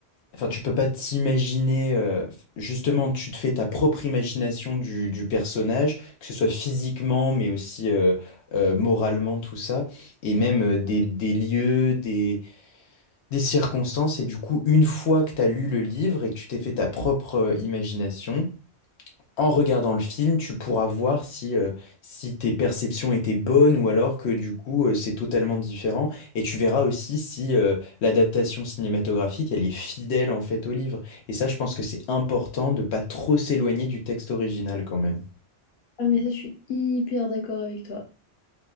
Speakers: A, on the left; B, on the left.
A: Enfin, tu peux pas t'imaginer, euh, justement, tu te fais ta propre imagination du, du personnage, que ce soit physiquement, mais aussi euh, euh, moralement, tout ça, et même euh, des, des lieux, des, des circonstances. Et du coup, une fois que tu as lu le livre et que tu t'es fait ta propre euh, imagination, en regardant le film, tu pourras voir si, euh, si tes perceptions étaient bonnes ou alors que du coup euh, c'est totalement différent. Et tu verras aussi si euh, l'adaptation cinématographique elle est fidèle en fait au livre. Et ça, je pense que c'est important de pas trop s'éloigner du texte original quand même.
B: Ah, mais ça, je suis hyper d'accord avec toi.